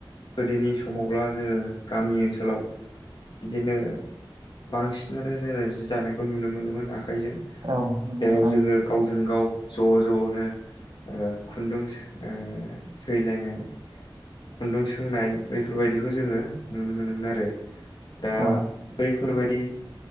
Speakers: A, on the left; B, on the right.
A: गोदोनि समावब्ला जोङो गामि ओनसोलाव बिदिनो बांसिनानो जोङो जि दानायखौ नुनो मोनोमोन आखाइजों।
B: औ नंगौ
A: जेराव
B: नोंथां
A: जोङो गावजों गाव ज' ज'नो ओ खुन्दुं ओ सैलायनाय खुन्दुं सोंनाय बैफोरबायाददिखौ जोङो नुनो मोनोमोन आरो। दा
B: औ
A: बैफोरबायाददि